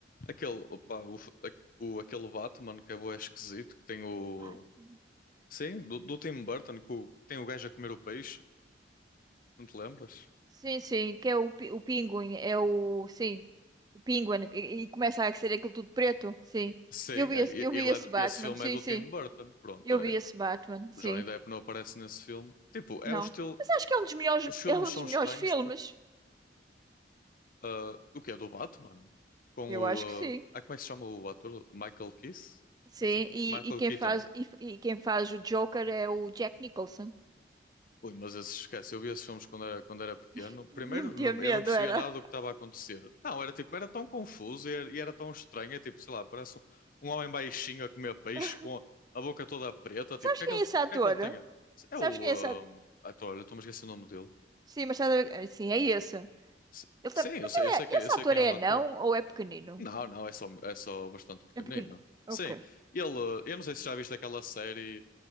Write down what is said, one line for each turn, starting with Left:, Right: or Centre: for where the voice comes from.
Left: aquele, opá, o, f- a- o- aquele Batman que é bué esquisito, que tem o.
Right: O Blasfemo.
Left: Sim, do, do Tim Burton, que o- tem o gajo a comer o peixe, não te lembras?
Right: Sim, sim, que é o, pi- o Pinguim. É o. Sim. o Penguin, e, e começa a ser aquilo tudo preto, sim.
Left: Sim,
Right: Eu vi
Left: é,
Right: esse,
Left: e-
Right: eu
Left: ele
Right: vi esse
Left: é, de-
Right: Batman,
Left: esse filme
Right: sim,
Left: é do
Right: sim.
Left: Tim Burton, pronto,
Right: Eu
Left: é.
Right: vi esse Batman, sim.
Left: O Johnny Depp não aparece nesse filme. Tipo, é
Right: Não.
Left: o estilo.
Right: Mas acho que é um dos melhores,
Left: Os
Right: <laughs>
Left: filmes
Right: é um
Left: são
Right: dos melhores
Left: estranhos
Right: filmes.
Left: porque. ah, o que é do Batman? Com
Right: Eu acho que sim.
Left: o. ah, ah, como é que se chama o ator? Michael Keith?
Right: Sim,
Left: Assim,
Right: e,
Left: Michael
Right: e quem
Left: Keaton.
Right: faz, e, e quem faz o Joker é o Jack Nicholson.
Left: Ui, mas esses, esquece, eu vi esses filmes quando era, quando era pequeno.
Right: <laughs>
Left: Primeiro,
Right: Me metia
Left: não-
Right: medo,
Left: eu não percebia
Right: era.
Left: nada do que estava a acontecer. Não, era tipo, era tão confuso e era, e era tão estranho. É tipo, sei lá, parece um, um homem baixinho a comer peixe
Right: <laughs>
Left: com a boca toda preta. Tipo,
Right: Sabes
Left: porque é
Right: quem
Left: que ele,
Right: é
Left: porque
Right: esse ator?
Left: é que ele tem. a- É
Right: Sabes
Left: o.
Right: quem é esse ator?
Left: ahm, ator, olha, estou-me a esquecer o nome dele.
Right: Sim, mas estás a ver- Sim, é esse.
Left: S-
Right: Ele
Left: Sim,
Right: tam-
Left: eu
Right: Mas
Left: sei,
Right: ele
Left: eu sei,
Right: é...
Left: que,
Right: esse
Left: eu sei
Right: ator
Left: quem é
Right: é
Left: o ator.
Right: não ou é pequenino?
Left: Não, não, é só, é só bastante pequenino.
Right: É pequenino.
Left: Sim,
Right: Ok.
Left: ele. Eu não sei se já viste aquela série.